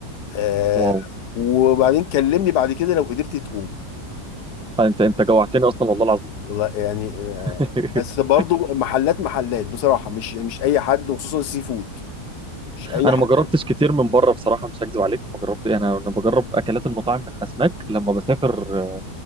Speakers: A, on the left; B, in the centre.
A: آه
B: واو
A: وبعدين كلمني بعد كده لو قدرت تقوم
B: آه، انت انت جوعتني اصلا والله العظيم
A: والله يعني آه
B: <laughs>
A: بس برضو محلات محلات بصراحة مش مش أي حد وخصوصا السي فود مش أي
B: انا
A: حد
B: ما جربتش كتير من بره بصراحه مش هكذب عليك ما جربت إيه، انا انا بجرب اكلات المطاعم من الاسماك لما بسافر آه،